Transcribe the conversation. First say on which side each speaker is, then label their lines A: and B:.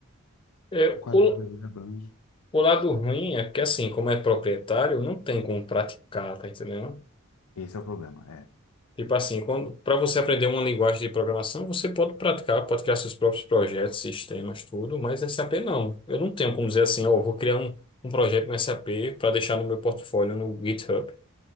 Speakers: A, on the left; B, on the left.
A: É,
B: quais
A: o,
B: áreas ele abrange.
A: O lado ruim é porque, assim, como é proprietário, não tem como praticar, tá entendendo?
B: Esse é o problema, é.
A: Tipo assim, quando para você aprender uma linguagem de programação, você pode praticar, pode criar seus próprios projetos, sistemas, tudo, mas SAP não. Eu não tenho como dizer assim, ó, vou criar um, um projeto no SAP para deixar no meu portfólio no GitHub.